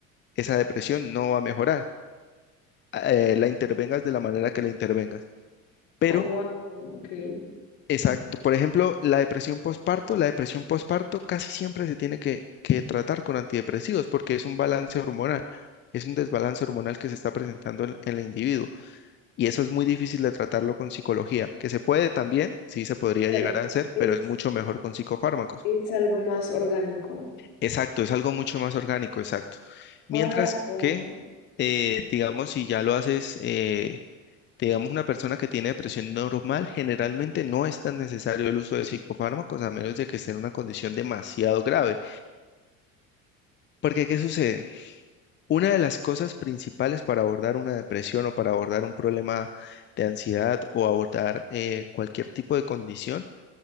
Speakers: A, on the left; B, on the left.
A: Esa depresión no va a mejorar, eh, la intervengas de la manera que la intervengas. Pero
B: Oh, wow, ok.
A: Exacto. Por ejemplo, la depresión postparto, la depresión postparto casi siempre se tiene que, que tratar con antidepresivos porque es un balance hormonal, es un desbalance hormonal que se está presentando en, en el individuo y eso es muy difícil de tratarlo con psicología, que se puede también, sí se podría
B: Claro,
A: llegar a hacer,
B: es,
A: pero es mucho mejor con psicofármacos.
B: es algo más orgánico.
A: Exacto, es algo mucho más orgánico, exacto. Mientras
B: Ahora, wow.
A: que, eh, digamos, si ya lo haces, eh, digamos, una persona que tiene depresión normal, generalmente no es tan necesario el uso de psicofármacos a menos de que esté en una condición demasiado grave. Porque, ¿qué sucede? Una de las cosas principales para abordar una depresión o para abordar un problema de ansiedad o abordar eh, cualquier tipo de condición